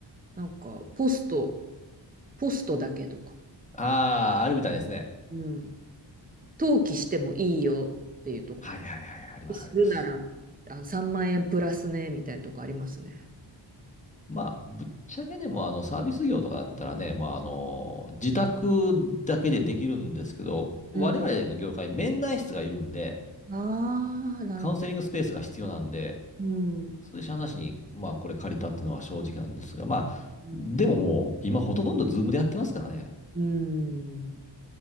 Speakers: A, on the right; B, on the left.
A: なんかポスト、ポストだけとか。
B: あー、あるみたいですね。
A: うん。登記してもいいよっていうとこと。
B: はいはいはいはい、あります、
A: するなら、
B: あります。
A: あ、3万円プラスね、みたいなとこありますね。
B: まあ、ぶっちゃけでも、あの、サービス業とかだったらね、まあ、あの、自宅だけでできるんですけど、我々の業界、
A: うん。
B: 面談室がいるんで、
A: ああ、なるほ
B: カウンセリングスペースが必要なんで、
A: ど。うん。
B: それしゃあなしに、まあ、これ借りたっていうのは正直なんですが、まあ、
A: うん
B: でももう、今ほとんどズームでやってますからね。
A: うん。